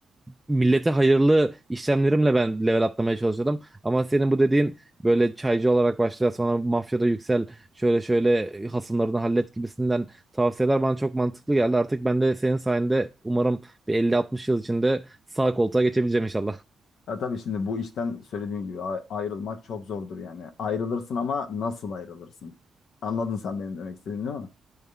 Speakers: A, in the centre; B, on the left.
A: millete hayırlı işlemlerimle ben level atlamaya çalışıyordum. Ama senin bu dediğin böyle çaycı olarak başla sonra mafyada yüksel şöyle şöyle hasımlarını hallet gibisinden tavsiyeler bana çok mantıklı geldi. Artık ben de senin sayende umarım bir elli altmış yıl içinde sağ koltuğa geçebileceğim inşallah.
B: Ya tabii şimdi bu işten söylediğim gibi a- ayrılmak çok zordur yani. Ayrılırsın ama nasıl ayrılırsın? Anladın sen benim demek istediğimi değil mi?